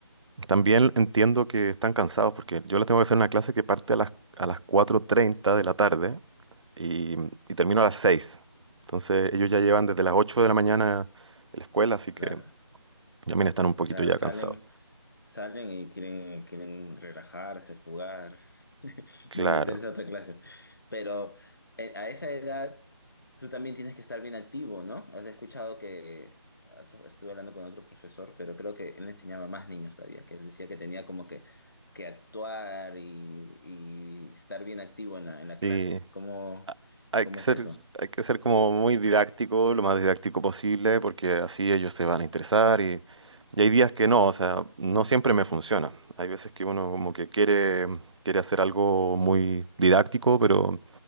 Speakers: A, on the right; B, on the left.
A: también entiendo que están cansados porque yo les tengo que hacer una clase que parte a las, a las cuatro treinta de la tarde y, y termino a las seis Entonces ellos ya llevan desde las 8 de la mañana en la escuela, así que
B: Claro.
A: también están un poquito
B: Claro,
A: ya
B: salen,
A: cansados.
B: salen y quieren, quieren relajarse, jugar, <laughs>
A: Claro,
B: no meterse a otra clase. Pero eh, a esa edad tú también tienes que estar bien activo, ¿no? Has escuchado que otro- estuve hablando con otro profesor, pero creo que él enseñaba a más niños todavía, que él decía que tenía como que, que actuar y, y estar bien activo en la,
A: sí.
B: en la clase. ¿Cómo,
A: a- Hay
B: cómo
A: que ser,
B: es eso?
A: hay que ser como muy didáctico, lo más didáctico posible, porque así ellos se van a interesar y, y hay días que no, o sea, no siempre me funciona. Hay veces que uno como que quiere, quiere hacer algo muy didáctico, pero